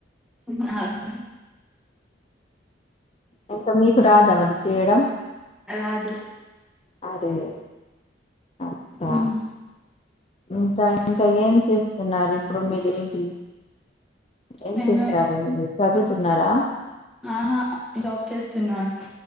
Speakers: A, in the centre; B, on the left.
A: మా అవును
B: అంక మీకు రాదా మరి చేయడం
A: రాదు
B: అరే అచ్చా
A: మ్
B: ఇంకా ఇంకా ఏం చేస్తున్నారు ఇప్పుడు మీరేంటి ఏం
A: నేను
B: చేస్తారు మీరు చదువుతున్నారా
A: ఆహా జాబ్ చేస్తున్నాను